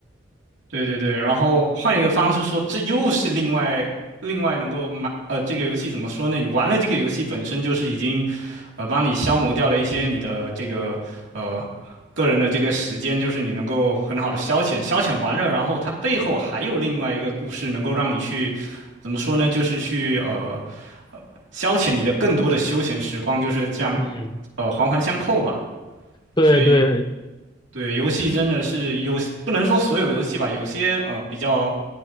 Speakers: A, on the right (about 65°); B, on the left (about 20°).
A: 对对对，然后换一个方式说，这又是另外另外能够买呃，这个游戏怎么说呢？你玩了这个游戏本身就是已经，呃，帮你消磨掉了一些你的这个呃个人的这个时间，就是你能够很好的消遣消遣完了，然后它背后还有另外一个故事能够让你去怎么说呢？就是去呃消遣你的更多的休闲时光，就是这样
B: 嗯，
A: 呃环环相扣吧。
B: 对对，
A: 所以对游戏真的是有不能说所有游戏吧，有些呃比较。